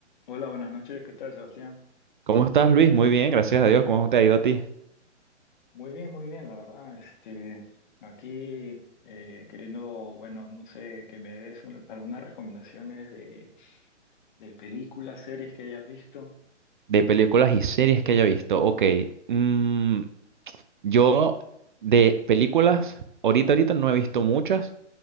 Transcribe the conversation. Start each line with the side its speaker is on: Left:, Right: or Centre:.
Left: Hola, buenas noches, ¿qué tal, Sebastián?
Right: ¿Cómo estás, Luis? Muy bien, gracias a Dios. ¿Cómo te ha ido a ti?
Left: Muy bien, muy bien, la verdad. Este, aquí eh, queriendo, bueno, no sé, que me des un- algunas recomendaciones de, de películas, series que hayas visto.
Right: De películas y series que haya visto. Ok, mm, yo de películas, ahorita, ahorita no he visto muchas.